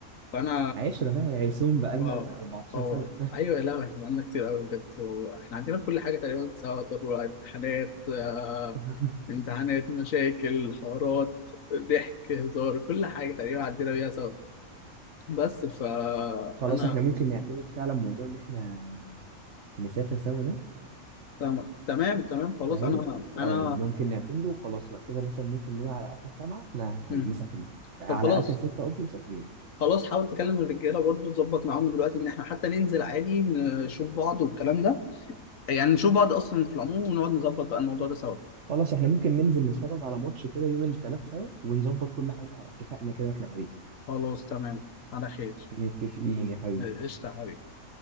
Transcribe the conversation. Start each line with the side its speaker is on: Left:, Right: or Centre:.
Left: فانا
Right: عشرة بقى يا هيسوم بقالنا
Left: اه
Right: 14
Left: اه
Right: سنة
Left: ايوه لا احنا عندنا كتير قوي بجد واحنا عندنا كل حاجه تقريبا سواء امتحانات آه،
Right: <laughs>
Left: امتحانات مشاكل حوارات ضحك هزار كل حاجه تقريبا عندنا بيها سوا بس فانا
Right: خلاص احنا ممكن نعتمد فعلا موضوع ان احنا نسافر سوا ده
Left: تمام تمام تمام خلاص
Right: فاهم
Left: انا انا
Right: اه ممكن نعتمده وخلاص لو كده مثلا ممكن نقول على اخر سبعة احنا
Left: مم.
Right: مسافرين على
Left: طب خلاص
Right: اخر ستة قصدي مسافرين
Left: خلاص حاول تكلم الرجاله برضو تظبط معاهم دلوقتي ان احنا حتى ننزل عادي نشوف بعض والكلام ده يعني نشوف بعض اصلا في العموم ونقعد نظبط بقى الموضوع ده سوا
Right: خلاص احنا ممكن ننزل نتفرج على ماتش كده يوم التلات سوا ونظبط كل حاجة اتفقنا كده واحنا قاعدين
Left: خلاص تمام على خير
Right: متفقين يا حبيبي
Left: إيه، قشطة يا حبيبي